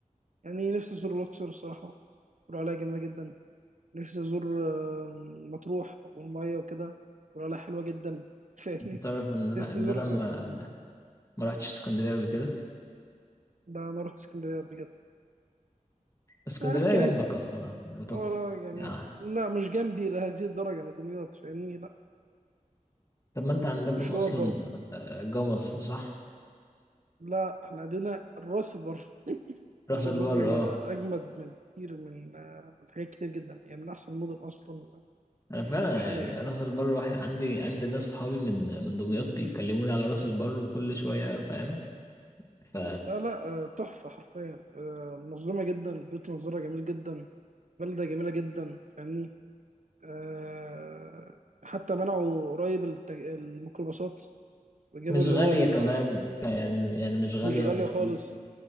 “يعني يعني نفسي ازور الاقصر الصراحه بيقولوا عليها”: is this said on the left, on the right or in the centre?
Right